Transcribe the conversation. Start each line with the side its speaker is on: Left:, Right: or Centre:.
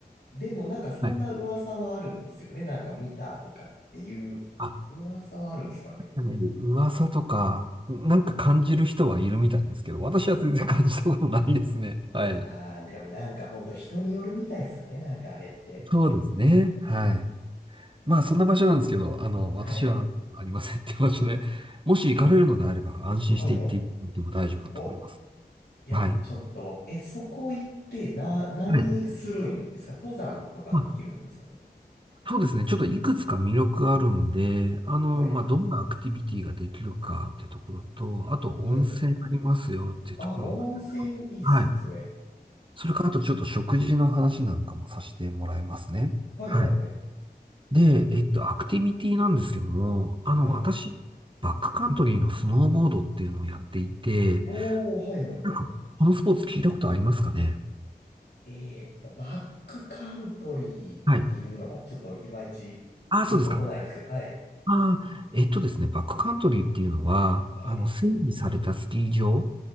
Left: でもなんかそんな噂はあるんですよね。
Right: はい。
Left: なんか見たとかっていう噂はあるんですかね。
Right: あ、ね、噂とか、なんか感じる人はいるみたいですけど、私は全然感じたことないですね。
Left: あー、
Right: はい。
Left: でもなんかほんと人によるみたいですね。なんかあれって。
Right: そうですね。はい。まあ、そんな場所なんですけど、あの、
Left: はい。
Right: 私はありませんっていう場所で、もし行かれるのであれば安心して行っていただいても大丈夫だと思います。
Left: はいはい。お、いや、
Right: はい。
Left: ちょっと、え、そこ行ってな、何するんですか登山とかできるんですかね。
Right: はい。まあ、そうですね。ちょっといくつか魅力あるんで、あの、
Left: はい。
Right: まあ、どんなアクティビティができるかってところと、あと温泉ありますよっていうところ。
Left: はい。あ、温泉いいっすね、
Right: はい。
Left: それ。
Right: それからあとちょっと食事の話なんかもさせてもらいますね。
Left: はいはいはい。
Right: はい。で、えっと、アクティビティなんですけども、あの、
Left: はい。
Right: 私、バックカントリーのスノーボードっていうのをやっていて、
Left: おー、はいはいはい。
Right: なんかこのスポーツ聞いたことありますかね
Left: えーっと、バックカントリーっていうのがちょっといまいちピンとこないんですけど、
Right: はい。ああ、そうですか。
Left: はい。
Right: ああ、えっとですね、バックカントリーっていうのは、
Left: はい。
Right: あの、整備されたスキー場